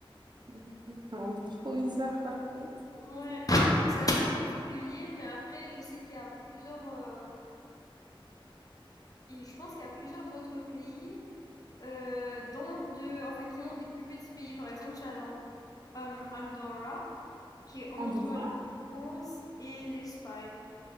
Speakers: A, on the right; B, on the left.
A: <laughs> C'est vraiment trop bizarre par contre.
B: Ouais, c'est assez particulier, mais après, je sais qu'il y a plusieurs, euh, et je pense qu'il y a plusieurs autres pays euh, dans de, enfin, qui ont des plus petits pays. Par exemple, tu as l'And- euh, Andorra, qui est entre
A: Andorra?
B: la France et l'Espagne.